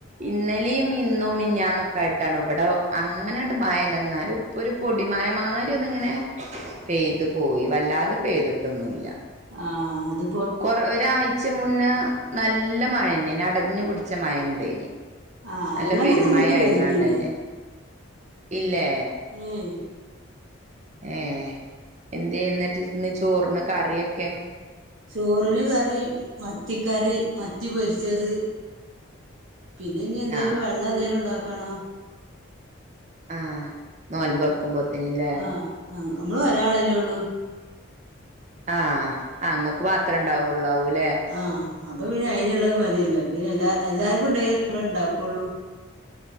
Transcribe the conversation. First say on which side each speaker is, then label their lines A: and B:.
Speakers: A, on the right; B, on the right.
A: ഇന്നലിം ഇന്നും മിന്നാന്നൊക്കെ ആയിട്ടാണ് ഇവിടെ അങ്ങനണ്ട് മഴല്ല ഇന്നാലും ഒരു പൊടി മഴ മാരി ഒന്നിങ്ങനെ പെയ്തു പോയി. വല്ലാതെ പെയ്തിട്ടൊന്നുല്ല.
B: ആഹ് അത്
A: കൊറ ഒരാഴ്ച മുന്നേ നല്ല മഴന്നേനി അടഞ്ഞു പുടിച്ച മഴണ്ടേനി
B: ആഹ്
A: നല്ല
B: അങ്ങനൊന്നും
A: പെരുമഴയായിക്കാണ്ടന്നെ,
B: ഇങ്ങോട്ട് പെയ്തിട്ടില്ല
A: ഇല്ലേ
B: ഹ്മ്മ്
A: ഏഹ്, എന്തെ എന്നിട്ട് ഇന്ന് ചോറിന് കറിയൊക്കെ
B: ചോറിന് കറി, മത്തി കറി മത്തി പൊരിച്ചത് പിന്നെ ഇനി എന്തേലും
A: ആഹ്
B: വെള്ളന്തേലും ഇണ്ടാക്കണം.
A: ആഹ്, നോല്മ്പൊറക്കുമ്പോത്തിന്ല്ലേ
B: ആഹ് നമ്മള് ഒരാളല്ലേ ഉള്ളൂ.
A: ആഹ്, അ ഇങ്ങക്ക് മാത്രം ഇണ്ടാവൊള്ളൂ ഇ
B: ആഹ് അപ്പൊ പിന്നെ അയിനിള്ളത് മതിയല്ലോ, പിന്നെ എല്ലാ എല്ലാർക്കും ഉണ്ടെങ്കി ന്തെലും ഇണ്ടാകൂ ക്കൊള്ളു.